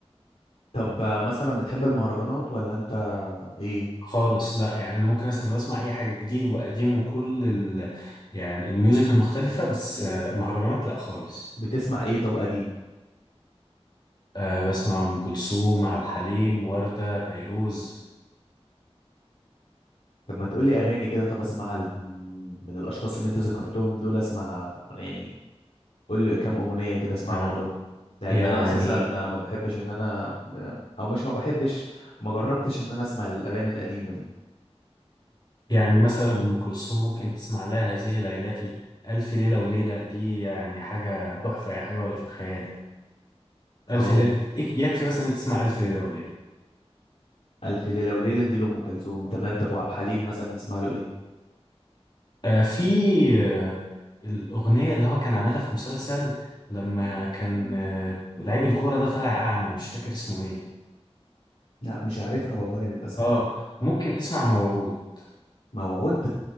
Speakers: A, on the left (about 90°); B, on the left (about 40°).
A: طب مثلا بتحب المهرجانات ولا انت ايه
B: خالص لا يعني انا ممكن اسال واسمع اي حاجه جديد وقديم وكل ال... يعني الميوزك المختلفه بس آه، مهرجانات لا خالص
A: بتسمع ايه طب قديم
B: آه، بسمع ام كلثوم عبد الحليم ورده فيروز
A: طب ما تقولي اغاني كده طب اسمعها ل- من من الاشخاص اللي انت ذكرتهم دول اسمعها يعني قولي كام اغنيه كده اسمعهم
B: آه،
A: لهم لان
B: يعني
A: انا اساسا ما بحبش ان انا او مش ما بحبش ما جربتش ان انا اسمع الاغاني القديمه دي
B: يعني مثلا ام كلثوم ممكن تسمع لها هذه ليلتي الف ليله وليله دي يعني حاجه تحفه يعني حاجه ولا في الخيال الف
A: اه
B: ليله إيه، يكفي بس ان أنت تسمع الف ليله وليله
A: الف ليله وليله دي لام كلثوم تمام
B: آه.
A: طب وعبد الحليم مثلا نسمع له ايه
B: آه، في آه، الأغنية اللي هو كان عاملها في مسلسل لما كان آه، لعيب الكورة ده طالع أعمى مش فاكر اسمه إيه
A: لا مش عارفها والله للأسف
B: آه ممكن تسمع موعود
A: موعود